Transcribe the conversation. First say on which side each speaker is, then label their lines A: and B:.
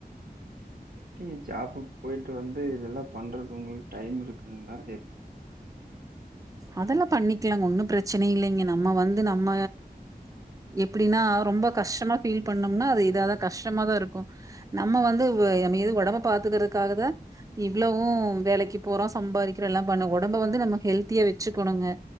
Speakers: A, on the right (about 70°); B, on the right (about 20°).
A: எப்படி ஜாப்புக்கு போயிட்டு வந்து இதெல்லாம் பண்றக்கு உங்ளுக்கு டைம் இருக்குதுங்களா எப்
B: அதெல்லாம் பண்ணிக்கலாங்க ஒன்னும் பிரச்சன இல்லைங்க நம்ம வந்து நம்ம எப்படின்னா ரொம்ப கஷ்டமா ஃபீல் பண்ணோம்னா அது இதாவது கஷ்டமாதான் இருக்கும் நம்ம வந்து நம ஏது ஒடம்ப பாத்துக்கிறதுக்காகதான் இவ்வளவும் வேலைக்கு போறோம் சம்பாதிக்கிறோம் எல்லாம் பண்ண ஒடம்ப வந்து நமக்கு ஹெல்த்தியா வ வெச்சுக்கண்ணுங்க